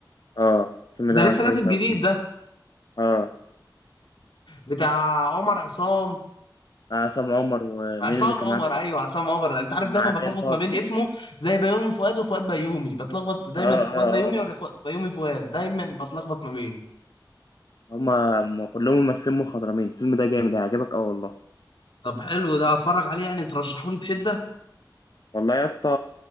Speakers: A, on the left; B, on the left.
A: اه الفيلم ده
B: ده لسه
A: كويس
B: نازل
A: اوي
B: جديد ده
A: اه
B: بتاع عمر عصام
A: آه، عصام عمر ومين
B: عصام
A: اللي كان
B: عمر
A: معاه باين
B: ايوه عصام عمر انت عارف
A: كان
B: دايما
A: معاه
B: بتلخبط
A: باين طه
B: ما
A: دسوقي
B: بين اسمه زي بيومي فؤاد وفؤاد بيومي بتلخبط دايما
A: اه
B: فؤاد
A: اه
B: بيومي ولا
A: اه
B: فؤاد بيومي فؤاد دايما بتلخبط ما بينه
A: هما هما كلهم ممثلين مخضرمين الفيلم ده جامد هيعجبك اوي والله
B: طب حلو ده اتفرج عليه يعني ترشحولي بشدة
A: والله يا اسطى